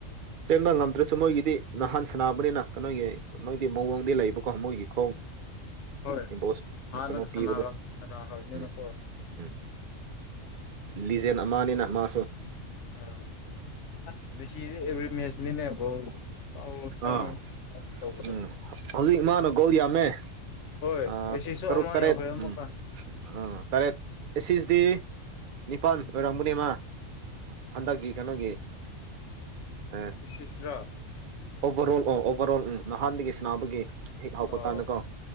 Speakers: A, on the right; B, on the left.
A: ꯄꯦꯟꯕ ꯉꯝꯗ꯭ꯔꯁꯨ ꯃꯣꯏꯒꯤꯗꯤ ꯅꯍꯥꯟ ꯁꯥꯟꯅꯕꯅꯤꯅ ꯀꯩꯅꯣꯒꯤ ꯃꯣꯏꯗꯤ ꯃꯑꯣꯡꯗꯤ ꯂꯩꯕꯀꯣ ꯃꯣꯏꯒꯤ ꯈꯣꯡ
B: ꯍꯣꯏ
A: ꯏꯝꯕꯣꯁ
B: ꯍꯥꯟꯅꯒ
A: ꯀꯩꯅꯣ ꯄꯤꯕꯗꯣ
B: ꯁꯥꯟꯅꯕ ꯁꯥꯟꯅꯈ꯭ꯔꯕꯅꯤꯅꯀꯣ
A: ꯎꯝ ꯎꯝ ꯂꯤꯖꯦꯟꯗ ꯑꯃꯅꯤꯅ ꯃꯥꯁꯨ
B: ꯑꯥ ꯑꯁ ꯃꯦꯁꯤꯗꯤ ꯑꯦꯕ꯭ꯔꯤ ꯃꯦꯆꯅꯤꯅꯦ ꯒꯣꯜ ꯀꯥꯎꯔ ꯆꯪꯉ
A: ꯎ ꯑꯥ
B: ꯇꯧꯕꯗꯣ
A: ꯎꯝ ꯍꯧꯖꯤꯛ ꯏꯃꯥꯅ ꯀꯣꯜ ꯌꯥꯝꯃꯦ
B: ꯍꯣꯏ
A: ꯑ
B: ꯑꯦꯁꯤꯁꯁꯨ
A: ꯇꯔꯨꯛ
B: ꯑꯃ
A: ꯇꯔꯦꯠ
B: ꯌꯧꯈ꯭ꯔꯦ ꯑꯃꯨꯛꯀ
A: ꯎꯝ ꯑꯥ ꯇꯔꯦꯠ ꯑꯦꯁꯤꯁꯗꯤ ꯅꯤꯄꯥꯜ ꯑꯣꯏꯔꯝꯒꯅꯦ ꯃꯥ ꯍꯟꯗꯛꯀꯤ ꯀꯩꯅꯣꯒꯤ ꯑ
B: ꯏꯁꯤꯁꯔꯥ
A: ꯑꯣꯕꯔ ꯑꯣꯜ ꯑꯣ ꯑꯣꯕꯔ ꯑꯣꯜ ꯎ ꯅꯍꯥꯟꯗꯒꯤ ꯁꯅꯥꯕꯒꯤ ꯍꯦꯛ ꯍꯧꯕ
B: ꯑꯣ
A: ꯀꯥꯟꯗꯀꯣ